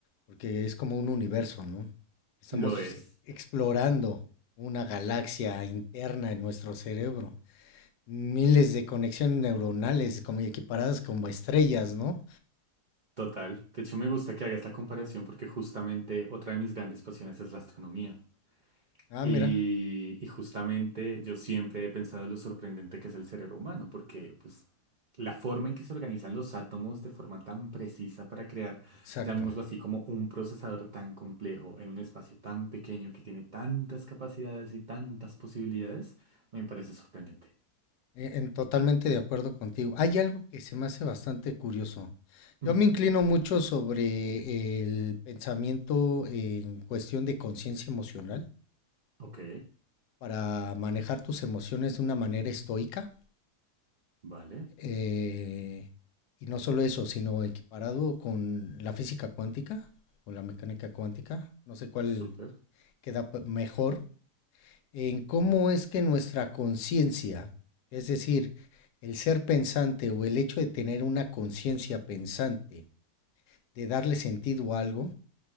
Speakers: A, on the left (about 75°); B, on the right (about 85°).
A: porque es como un universo, ¿no? Estamos
B: Lo es,
A: e- explorando una galaxia interna en nuestro cerebro, miles de conexiones neuronales como equiparadas como estrellas, ¿no?
B: total. De hecho, me gusta que hagas la comparación porque justamente otra de mis grandes pasiones es la astronomía.
A: Ah,
B: Y,
A: mira,
B: y justamente yo siempre he pensado lo sorprendente que es el cerebro humano, porque pues la forma en que se organizan los átomos de forma tan precisa para crear,
A: exacto.
B: llamémoslo así, como un procesador tan complejo en un espacio tan pequeño que tiene tantas capacidades y tantas posibilidades, me parece sorprendente.
A: E- en- totalmente de acuerdo contigo. Hay algo que se me hace bastante curioso.
B: Ujú,
A: Yo me inclino mucho sobre el pensamiento en cuestión de conciencia emocional
B: Ok,
A: para manejar tus emociones de una manera estoica.
B: vale,
A: eh, y no solo eso, sino equiparado con la física cuántica o la mecánica cuántica. No sé cuál
B: súper.
A: queda pe- mejor, en cómo es que nuestra conciencia, es decir, el ser pensante o el hecho de tener una conciencia pensante, de darle sentido a algo,